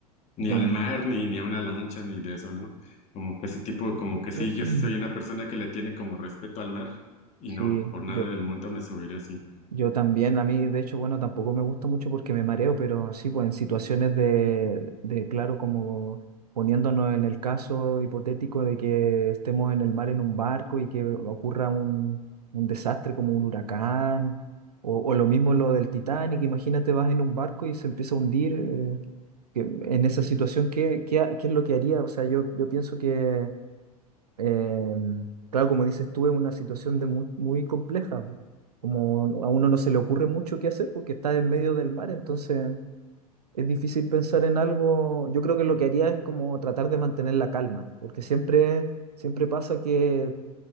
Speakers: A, on the left (about 35°); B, on the right (about 80°).
A: ni
B: como-
A: al mar, ni, ni a una lancha, ni de eso, ¿no? Como que ese tipo, como
B: <clears throat>
A: que sí, yo sí soy una persona que le tiene como respeto al mar y
B: sí,
A: no, por nada
B: yo,
A: del mundo me subiré así.
B: Yo también, a mí de hecho, bueno, tampoco me gusta mucho porque me mareo, pero sí, pues en situaciones de, de, claro, como poniéndonos en el caso hipotético de que estemos en el mar en un barco y que ocurra un, un desastre como un huracán, o, o lo mismo lo del Titanic, imagínate vas en un barco y se empieza a hundir, eh, que- en esa situación, ¿qué, qué, ha- qué es lo que haría? O sea, yo, yo pienso que Em, claro, como dices tú, es una situación de muy, muy compleja. Como a uno no se le ocurre mucho qué hacer porque está en medio del mar, entonces es difícil pensar en algo. Yo creo que lo que haría es como tratar de mantener la calma, porque siempre, siempre pasa que